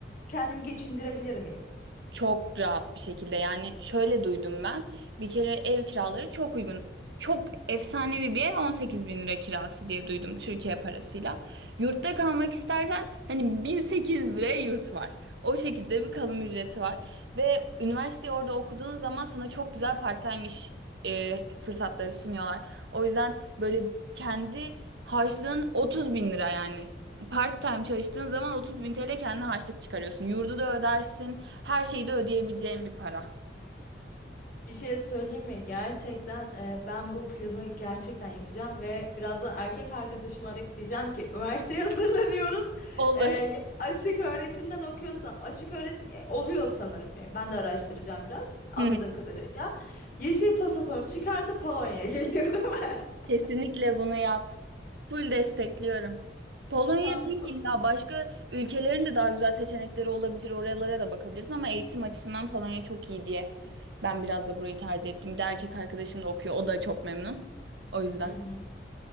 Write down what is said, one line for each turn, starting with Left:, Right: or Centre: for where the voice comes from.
Left: kendimi geçindirebilir miyim?
Right: Çok rahat bir şekilde yani şöyle duydum ben bir kere ev kiraları çok uygun çok efsanevi bir ev 18 bin lira kirası diye duydum Türkiye parasıyla yurtta kalmak istersen hani 1008 liraya yurt var o şekilde bir kalım ücreti var ve üniversiteyi orada okuduğun zaman sana çok güzel part-time iş e, fırsatları sunuyorlar o yüzden böyle kendi harçlığın 30 bin lira yani Part time çalıştığın zaman 30 bin TL kendine harçlık çıkarıyorsun. Yurdu da ödersin. Her şeyi de ödeyebileceğin bir para.
Left: Bir şey söyleyeyim mi? Gerçekten e, ben bu planı gerçekten yapacağım ve birazdan erkek arkadaşımı arayıp diyeceğim ki üniversiteye <laughs> hazırlanıyoruz.
Right: Olur.
Left: E, ya
Right: <laughs>
Left: açık öğretimden okuyorsan, açık öğretim e, oluyor sanırım. E, ben de araştıracağım biraz anladığım
Right: Hı.
Left: kadarıyla. Yeşil pasaport çıkartıp Polonya'ya <laughs> geliyor değil mi? <laughs>
Right: Kesinlikle bunu yap. Full destekliyorum. Polonya
Left: Tamam.
Right: değil
Left: ko-
Right: illa başka ülkelerin de daha güzel seçenekleri olabilir. Oralara da bakabilirsin ama eğitim açısından Polonya çok iyi diye ben biraz da burayı tercih ettim. Bir de erkek arkadaşım da okuyor. O da çok memnun. O yüzden.
Left: Hı hı.